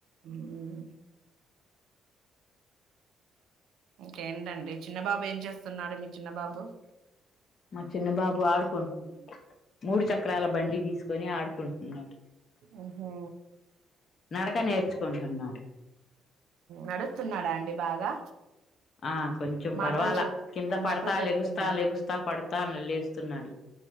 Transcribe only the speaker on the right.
మ్మ్ ఇంకేంటండి చిన్నబాబు ఏం చేస్తున్నాడు మీ చిన్నబాబు
ఉహు
నడుస్తున్నాడా అండి బాగా
మాటలు
చెప్
మాటలు చెప్తున్నాడు